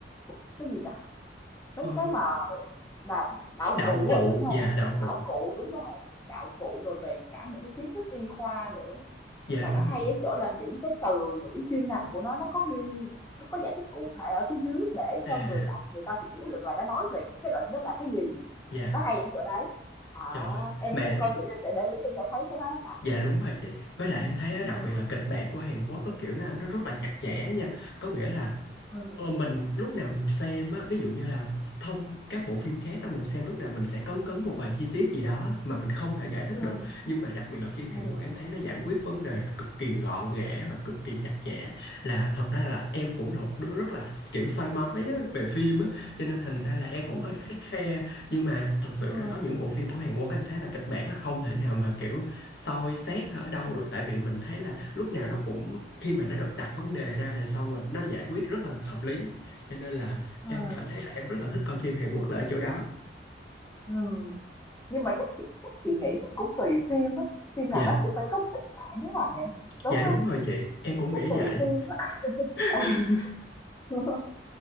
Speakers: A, on the left; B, on the left.
A: phụ- cái gì ta?
B: Ờ,
A: Mấy cái mà là đạo
B: đạo
A: cụ
B: cụ,
A: á, đúng không?
B: dạ đạo cụ.
A: Đạo cụ đúng rồi, đạo cụ rồi về cả những cái kiến thức y khoa nữa
B: Dạ
A: mà
B: đúng
A: nó hay
B: rồi.
A: ở chỗ là những cái từ ngữ chuyên ngành của nó nó có ghi có có giải thích cụ thể ở phía dưới để
B: À,
A: cho người đọc người ta hiểu được là nó nói về cái định đó là cái gì
B: dạ,
A: nó hay ở chỗ đấy à,
B: trời ơi.
A: em
B: Mà
A: em coi phim em sẽ để ý em sẽ thấy cái đó nó thật
B: dạ đúng rồi chị. Với lại em thấy á, đặc
A: ừ
B: biệt là kịch bản của Hàn Quốc có kiểu nó nó rất là chặt chẽ nha. Có nghĩa là
A: ừ
B: Ờ, mình lúc nào mình xem á, ví dụ như là thông các bộ phim khác á, mình xem lúc nào mình sẽ cấn cấn một vài chi tiết gì đó mà mình không thể giải thích
A: ừ
B: được. Nhưng mà đặc biệt là phim
A: ừ
B: Hàn Quốc em thấy nó giải quyết vấn đề cực kỳ gọn ghẽ và cực kỳ chặt chẽ. Là thật ra là em cũng là
A: ừ
B: một đứa rất là kiểu soi mói á, về phim á, cho nên thành ra là em cũng
A: ừ
B: hơi khắt khe. Nhưng mà thật sự
A: ừ
B: ra có những bộ phim của Hàn Quốc em thấy là kịch bản là không thể nào mà kiểu soi xét ở đâu được tại vì mình thấy là lúc nào nó cũng khi mà nó được đặt vấn đề ra rồi xong rồi nó giải quyết rất là hợp lý cho nên là
A: ừ
B: em cảm thấy là em rất là thích coi phim Hàn Quốc là ở chỗ đó
A: ừ. nhưng mà chắc chị chắc chị nghĩ chắc cũng tùy phim á phim nào
B: dạ
A: nó cũng phải có một ít sạn cái nào nhỉ đúng
B: dạ
A: không
B: đúng rồi chị em cũng
A: cũng
B: nghĩ
A: tùy
B: vậy
A: phim á
B: <laughs>
A: ừ <laughs>